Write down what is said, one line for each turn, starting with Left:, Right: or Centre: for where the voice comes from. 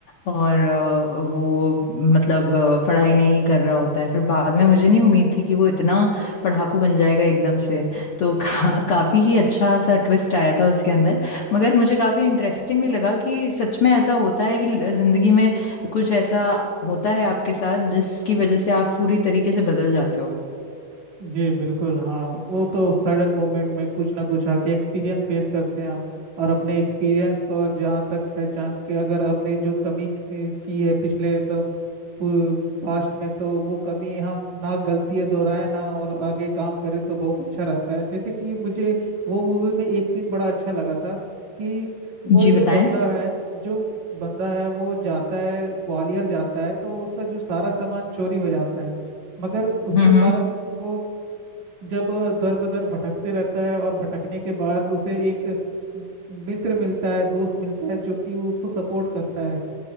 Left: और अ, वो मतलब अ, पढ़ाई नहीं कर रहा होता है फिर बाद में मुझे नहीं उम्मीद थी कि वो इतना पढ़ाकू बन जाएगा एकदम से तो <laughs> का, काफी ही अच्छा सा ट्विस्ट आया था उसके अंदर मगर मुझे काफी इंटरेस्टिंग भी लगा कि सच में ऐसा होता है कि जिंदगी में कुछ ऐसा होता है आपके साथ जिसकी वजह से आप पूरी तरीके से बदल जाते हो
Right: जी बिल्कुल हाँ वो तो सडन मोमेंट में कुछ ना कुछ आके एक्सपीरियंस फेस करते हैं हम और अपने एक्सपीरियंस को जहाँ तक पहचान के अगर हमने जो कमी की की है पिछले एकदम पास्ट में तो वो कमी हम ना गलतियाँ दोहराए ना और आगे काम करें तो बहुत अच्छा रहता है जैसे कि मुझे वो मूवी में एक सीन बड़ा अच्छा लगा था कि वो
Left: जी बताएं
Right: जो बंदा है जो बंदा है वो जाता है ग्वालियर जाता है तो उसका जो सारा सामान चोरी हो जाता है मगर उसके
Left: हम्म
Right: बाद
Left: हम्म
Right: वो जब दर बदर भटकते रहता है और भटकने के बाद उसे एक मित्र मिलता है दोस्त मिलता है जो कि वो उसको सपोर्ट करता है